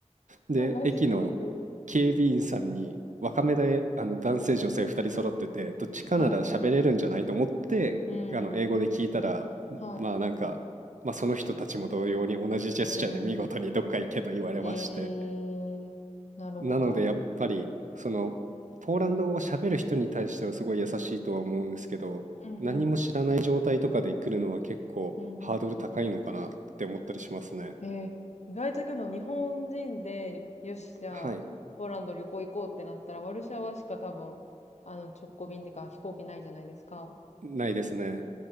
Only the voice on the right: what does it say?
で、
駅の警備員さんに、若めで、あの、男性女性2人揃ってて、どっちかなら喋れるんじゃないと思って、
あの、英語で聞いたら、
まあなんか、まあその人たちも同様に同じジェスチャーで見事にどっか行けと言われまして、
なのでやっぱり、その、ポーランド語を喋る人に対してはすごい優しいとは思うんですけど、
何も知らない状態とかで来るのは結構ハードル高いのかなって思ったりしますね。
はい。
ないですね。